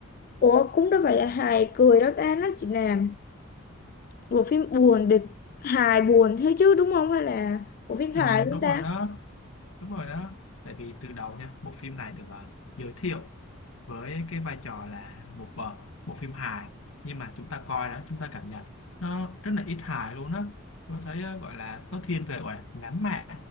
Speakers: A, on the left (about 40°); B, on the left (about 70°).
A: ủa cũng đâu phải là hài cười đâu ta nó chỉ là bộ phim buồn để hài buồn thế chứ đúng không hay là bộ phim
B: ừ,
A: hài chúng
B: đúng
A: ta
B: rồi đó đúng rồi đó tại vì từ đầu nha bộ phim này được ờ, giới thiệu với cái vai trò là một bộ, bộ phim hài nhưng mà chúng ta coi đó chúng ta cảm nhận nó rất là ít hài luôn á tôi thấy ờ, gọi là nó thiên về gọi là nắm mạc